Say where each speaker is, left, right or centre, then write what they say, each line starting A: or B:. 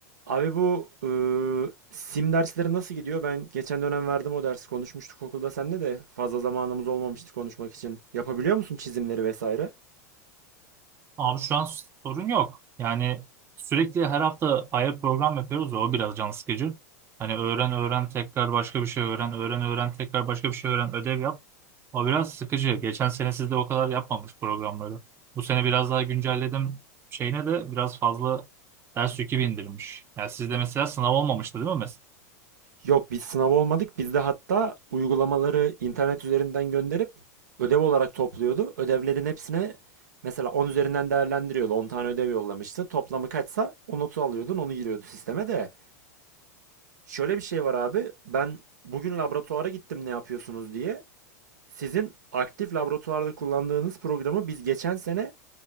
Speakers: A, on the right; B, on the right.
A: Abi bu ıı, sim dersleri nasıl gidiyor? Ben geçen dönem verdim o dersi. Konuşmuştuk okulda seninle de fazla zamanımız olmamıştı konuşmak için. Yapabiliyor musun çizimleri vesaire?
B: Abi şu an sorun yok. Yani sürekli her hafta ayrı program yapıyoruz. ya, O biraz can sıkıcı. Hani öğren öğren tekrar başka bir şey öğren. Öğren öğren tekrar başka bir şey öğren. Ödev yap. O biraz sıkıcı. Geçen sene sizde o kadar yapmamış programları. Bu sene biraz daha güncelledim. Şeyine de biraz fazla ders yükü bindirmiş. Yani sizde mesela sınav olmamıştı değil mi? mes-
A: Yok biz sınav olmadık. Biz de hatta uygulamaları internet üzerinden gönderip ödev olarak topluyordu. Ödevlerin hepsine mesela 10 üzerinden değerlendiriyordu. 10 tane ödev yollamıştı. Toplamı kaçsa o notu alıyordun, onu giriyordu sisteme de. Şöyle bir şey var abi. Ben bugün laboratuvara gittim ne yapıyorsunuz diye. Sizin aktif laboratuvarda kullandığınız programı biz geçen sene